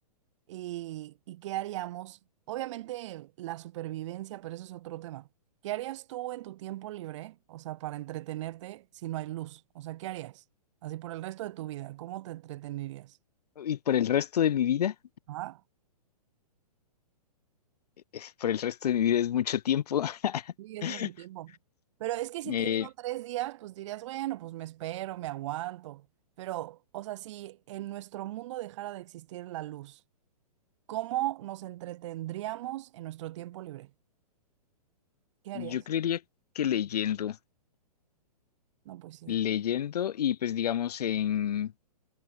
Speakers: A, on the right (about 45°); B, on the left (about 75°).
A: y, y qué haríamos. Obviamente la supervivencia, pero eso es otro tema. ¿Qué harías tú en tu tiempo libre, o sea, para entretenerte si no hay luz? O sea, ¿qué harías? Así por el resto de tu vida, ¿cómo te entretenerías?
B: Y por el resto de mi vida,
A: Ah,
B: eh, por el resto de mi vida es mucho tiempo.
A: sí, es
B: <laughs>
A: mucho tiempo. Pero es que si
B: Eh,
A: te digo tres días, pues dirías, bueno, pues me espero, me aguanto. Pero, o sea, si en nuestro mundo dejara de existir la luz, ¿cómo nos entretendríamos en nuestro tiempo libre? ¿Qué harías?
B: yo creería que leyendo,
A: No, pues sí.
B: leyendo y pues digamos en,